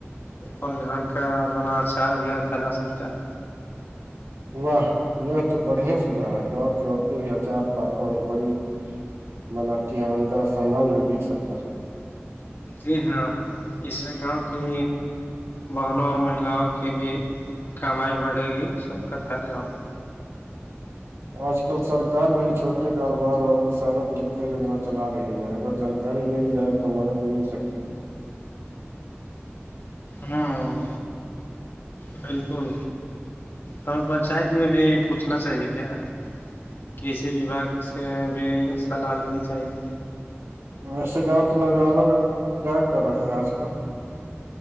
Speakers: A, on the left; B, on the right.
A: اور گھر کا بنا اچار بھی رکھا جا سکتا ہے
B: واہ یہ تو بڑھیا سجھا ہے گاؤں کی عورتیں بھی اچار پاپڑ ہے بڑی بناتی ہیں ان کا سامان بھی بک سکتا ہے
A: جی ہاں اسے گاؤں کی بہنوں اور مہیلاؤں کی بھی کمائی بڑھے گی سب کا فائدہ ہوگا
B: آج کل سرکار بھی چھوٹے کاروبار اور کسانوں کے ل کئی یجنا چلا رہی ہے اگر جانک ساری مل جائے تو مدد مل سکتی ہے
A: ہاں بالکل ہمیں پنچایت میں بھی پوچھنا چاہیے کیا کسی وباگ سے بھی صلاح لینی چاہیے
B: ویسے گاؤں کے نوجوانوں کا کیا کر رہے ہیں آج کل